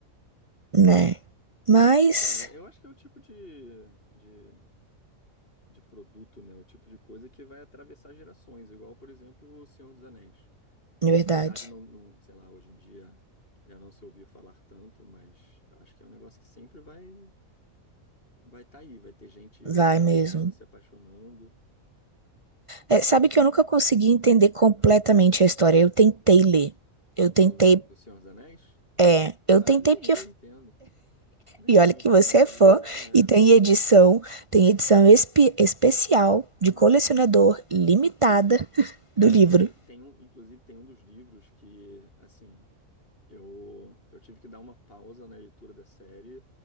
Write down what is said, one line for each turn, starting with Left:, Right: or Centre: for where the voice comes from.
Right: Né?
Left: Né,
Right: Mas,
Left: cara, eu acho que é o tipo de, de de produto, né? O tipo de coisa que vai atravessar gerações, igual, por exemplo, O Senhor dos Anéis.
Right: na verdade,
Left: Apesar de não, não, sei lá, hoje em dia já não se ouvir falar tanto, mas acho que é um negócio que sempre vai vai estar aí, vai ter gente
Right: vai
Left: conhecendo,
Right: mesmo.
Left: se apaixonando
Right: É, sabe que eu nunca consegui entender completamente a história. Eu tentei ler. Eu
Left: do,
Right: tentei.
Left: do Senhor dos Anéis.
Right: É, eu
Left: Ah,
Right: tentei
Left: nem
Right: porque.
Left: eu entendo. Nem
Right: E olha
Left: eu
Right: que
Left: entendo.
Right: você é fã
Left: É,
Right: e tem edição, tem edição espe- especial de
Left: né?
Right: colecionador limitada
Left: Cara,
Right: do livro.
Left: tem, tem um, inclusive tem um dos livros que, assim, Eu, eu tive que dar uma pausa na leitura da série